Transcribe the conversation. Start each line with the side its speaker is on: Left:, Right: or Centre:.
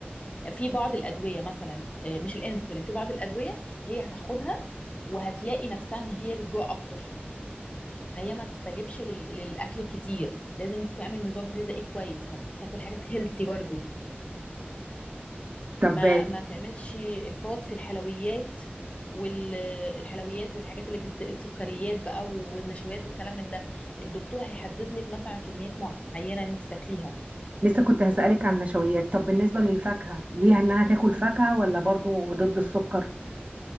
Left: في بعض الادويه مثلا آه، مش الانسولين في بعض الادويه هي هتاخدها وهتلاقي نفسها ان هي بتجوع اكتر فهي ما تستجبش لل- للاكل الكتير لازم تعمل نظام غذائي كويس ما تاك- تاكل حاجات هيلسي برضو
Right: طب
Left: ما
Right: آه،
Left: ما تعملش افراط في الحلويات والحلويات والحاجات اللي بت... السكريات بقى والنشويات والكلام من ده الدكتور هيحدد لك مثلا كميات معينه ان انت تاكليها
Right: لسه كنت هسألك عن النشويات طب بالنسبة للفاكهة ليها انها تاكل فاكهة ولا برضو ضد السكر